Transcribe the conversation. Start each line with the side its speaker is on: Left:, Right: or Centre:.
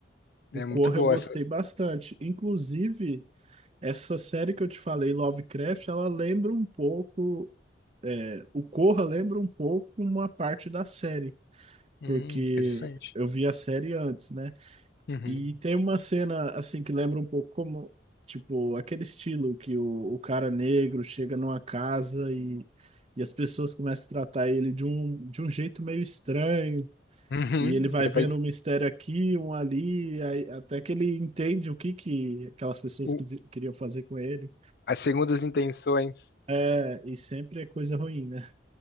Left: É
Right: o Corra
Left: muito boa
Right: eu gostei
Left: essa.
Right: bastante. Inclusive, essa série que eu te falei, Lovecraft, ela lembra um pouco é, o Corra lembra um pouco uma parte da série,
Left: Hum,
Right: porque
Left: interessante.
Right: eu vi a série antes, né?
Left: Uhum.
Right: E tem uma cena assim que lembra um pouco como, tipo, aquele estilo que o, o cara negro chega numa casa e, e as pessoas começam a tratar ele de um, de um jeito meio estranho.
Left: Uhum.
Right: E ele vai vendo
Left: Vai,
Right: um mistério aqui, um ali, aí- até que ele entende o que que aquelas pessoas
Left: o-
Right: quisi- queriam fazer com ele.
Left: as segundas intenções.
Right: É, e sempre é coisa ruim, né?